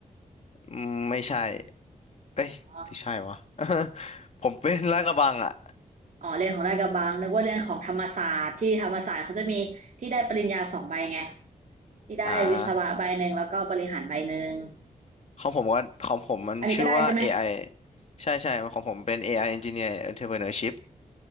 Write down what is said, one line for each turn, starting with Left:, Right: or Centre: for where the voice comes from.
Left: อืมไม่ใช่เอ้ยหรือใช่วะ
Right: อ๋อ
Left: <laughs> ผมเป็นลาดกระบังอ่ะ
Right: อ๋อเรียนของราชกระบังนึกว่าเรียนของธรรมศาสตร์ที่ธรรมศาสตร์เขาจะมีที่ได้ปริญญาสองใบไงที่ได้วิศวะใบหนึ่งแล้วก็บริหารใบหนึ่ง
Left: อ่าของผมก็ของผมมันชื่อว่า
Right: อันนี้ก็ได้ใช่ไหม
Left: AI ใช่ใช่ของผมเป็น AI Engineer Entrepreneurship